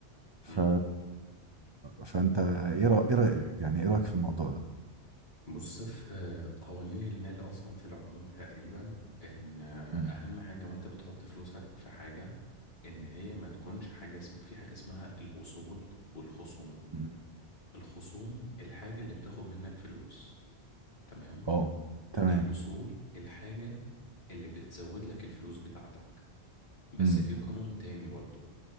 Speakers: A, on the right; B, on the left.
A: ف...
B: امم
A: فانت ايه رأ... ايه رأيك يعني ايه رأيك في الموضوع ده
B: بص في قوانين المال اصلا في العموم تقريبا ان اهم
A: مم.
B: حاجة وانت بتحط فلوسك في حاجة ان هي ما تكونش حاجة اسم... في حاجة اسمها الاصول والخصوم
A: مم.
B: الخصوم الحاجة اللي بتاخد منك فلوس تمام
A: اه تمام
B: الأصول الحاجة اللي بتزود لك الفلوس بتاعتك بس
A: امم
B: في قانون تاني برضو